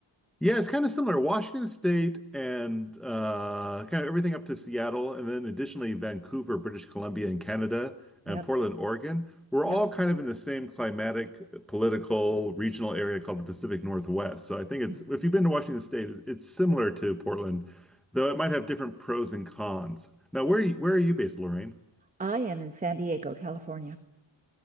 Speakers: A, in the centre; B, on the right.
A: Yeah, it's kind of similar. Washington State and uh, kind of everything up to Seattle, and then additionally Vancouver, British Columbia, and Canada,
B: Yep,
A: and Portland, Oregon. We're
B: yep.
A: all kind of in the same climatic, political, regional area called the Pacific Northwest. So I
B: <laughs>
A: think it's
B: Mhm.
A: if you've been to Washington State, it's it's similar to Portland, though it might have different pros and cons. Now, where are you, where are you based, Lorraine?
B: I am in San Diego, California.